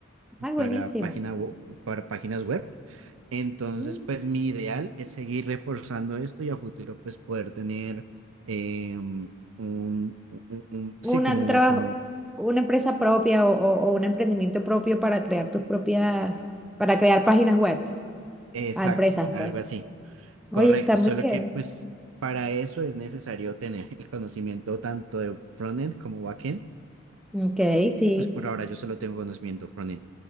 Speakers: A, in the centre; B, on the right (about 75°).
A: Ay, buenísimo.
B: para página wo- para páginas web. Entonces,
A: Mm.
B: pues mi ideal es seguir reforzando esto y a futuro, pues poder tener eh, un, un- un- un-
A: Una,
B: sí, como,
A: un trabajo,
B: como,
A: una empresa propia o, o- o un emprendimiento propio para crear tus propias, para crear páginas web
B: exacto,
A: a empresas,
B: algo
A: pues.
B: así, correcto.
A: Oye, está muy
B: Solo
A: bien.
B: que, pues, para eso es necesario tener el conocimiento tanto de frontend como backend,
A: Ok, sí.
B: que pues por ahora yo solo tengo conocimiento frontend.